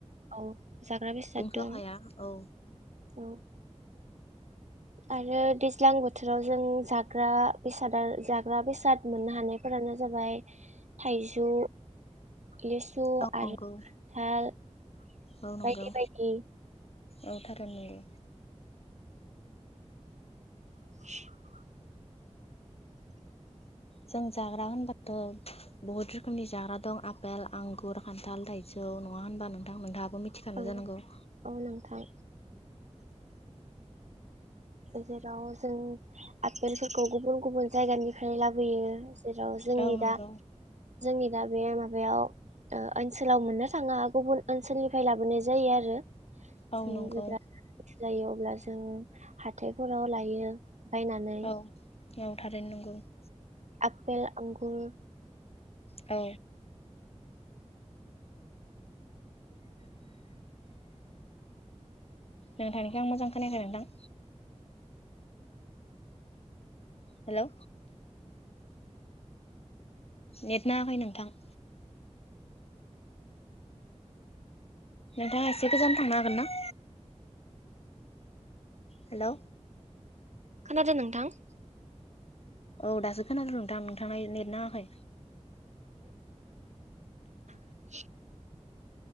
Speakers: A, on the right; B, on the left.
A: औ जाग्रा बेसाद
B: दंस'
A: दं।
B: हाया औ
A: औ आरो दैज्लां बोथोराव जों जाग्रा बेसादा जाग्रा बेसाद मोननो हानायफोरानो जाबाय थाइजौ लिसु
B: औ
A: आरो
B: नंगौ
A: खान्थाल
B: औ नंगौ
A: बायदि बायदि
B: औ थारैनो नंगौ
A: <inaudible>
B: जों जाग्रा होनबाथ' बहुत रोखोमनि जाग्रा दं आफेल, आंगुर, खान्थाल, थाइजौ नङा होनबा नोंथांमोनहा मिथिखानो
A: औ
B: जानांगौ <inaudible>
A: औ नोंथां जेराव जों आपेलफोरखौ गुबुन गुबुन जायगानिफ्राय लाबोयो जेराव जोंनि
B: औ नंगौ
A: दा जोंनि दा बे मा बेयाव ओ ओनसोलाव मोननो थाङा गुबुन ओनसोलनिफ्राय लाबोनाय जायो आरो
B: औ
A: जों
B: नंगौ
A: जेब्ला जायो अब्ला जों हाथ हाथायफोराव लायो बायनानै
B: औ औ थारैनो नंगौ <inaudible>
A: आ आपेल, आंगुर
B: औ नोंथांनिखौ आं मोजां खोनायाखै नोंथां। हेलौ नेट नांङाखै नोंथां। नोंथाङा एसे गोजान थांनो हागोन ना? हेलौ।
A: खोनादों नोंथां।
B: औ दासो खोनादों नोंथां नोंथां नेट नांआखै
A: <inaudible>